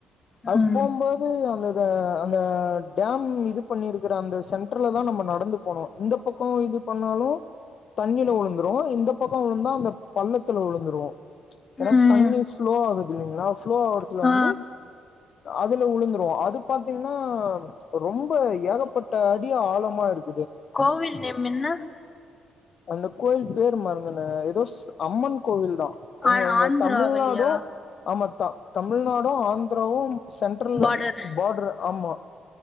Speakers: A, on the left; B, on the left.
A: அது
B: ம்
A: போம்போது அந்த அ அந்த டேம் இது பண்ணிருக்கிற அந்த சென்டர்ல தா நம்ம நடந்து போணு இந்த பக்கோ இது பண்ணாலு தண்ணில விழுந்துருவோ இந்த பக்கோ விழுந்தா அந்த பள்ளத்துல விழுந்துருவோ ஏன்னா
B: ம்
A: தண்ணி ஃப்ளோ ஆகுதில்லிங்களா ஃப்ளோ ஆவுறதுல
B: ஆ
A: வந்து அதுல விழுந்துரும் அது பாத்தீங்கன்னா ரொம்ப ஏகப்பட்ட அடிய ஆழமா இருக்கு
B: கோவில் நேம் என்ன
A: அந்த கோயில் பேர் மருந்தன தோ அம்மன் கோவில் தான் எங்க
B: ஆ
A: எங்க
B: ஆந்திராவல்லியா
A: தமிழ்நாடும் ஆம த தமிழ்நாடும் ஆந்திராவும் சென்ட்ரல்
B: பார்டர்
A: பார்டர் ஆமா